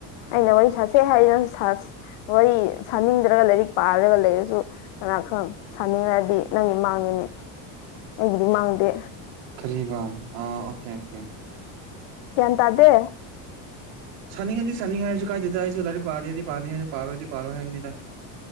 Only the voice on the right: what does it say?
ꯀꯔꯤꯕꯥ ꯑꯥ ꯑꯣꯀꯦ ꯑꯣꯀꯦ
ꯁꯥꯅꯤꯡꯉꯗꯤ ꯁꯥꯅꯤꯡꯉꯦ ꯍꯥꯏꯔꯁꯨ ꯀꯥꯏꯗꯦꯗ ꯑꯩꯁꯨ ꯂꯥꯏꯔꯤꯛ ꯄꯥꯅꯦꯗꯤ ꯄꯥꯅꯤꯔꯦ ꯄꯥꯔꯣꯏꯗꯤ ꯄꯥꯔꯣꯏ ꯍꯥꯏꯒꯅꯤꯗ꯫